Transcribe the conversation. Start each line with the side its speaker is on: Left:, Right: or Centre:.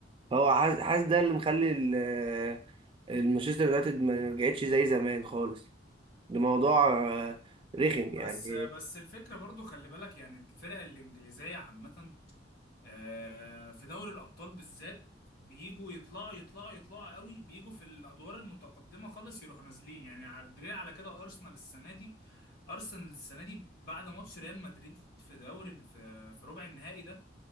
Right: فهو حاسس حاسس ده اللي مخلي ال- المانشستر يونايتد ما رجعتش زي زمان خالص ده موضوع آه، رخم
Left: بس
Right: يعني
Left: بس الفكرة برضو خلي بالك يعني الفرق الإنجليزية عامة آه، في دوري الابطال بالذات بيجوا يطلعوا يطلعوا يطلعوا قوي بيجوا في الادوار المتقدمه خالص يروحوا نازلين يعني على الدليل على كده ارسنال السنه دي ارسنال السنه دي بعد ماتش ريال مدريد في دوري في, في ربع النهائي ده